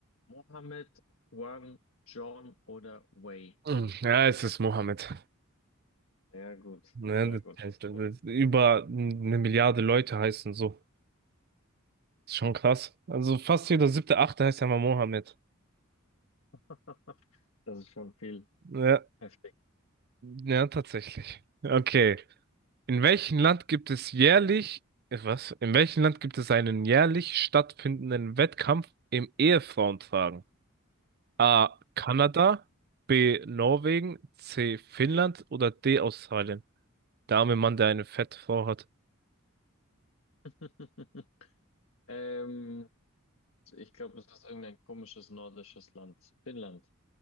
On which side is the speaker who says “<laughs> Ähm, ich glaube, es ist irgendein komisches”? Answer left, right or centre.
Left